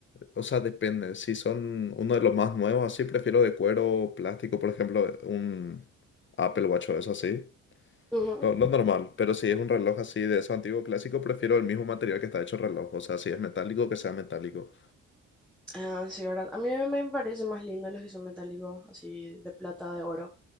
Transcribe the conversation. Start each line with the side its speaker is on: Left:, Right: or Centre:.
Left: o sea, depende. Si son uno de los más nuevos, así prefiero de cuero, plástico, por ejemplo, un Apple Watch o eso así.
Centre: Ujú.
Left: Lo, lo normal. Pero si es un reloj así de esos antiguos clásicos, prefiero el mismo material que está hecho el reloj. O sea, si es metálico, que sea metálico.
Centre: Ah, sí, ¿verdad? A mí me parecen más lindos los que son metálicos, así de plata, de oro.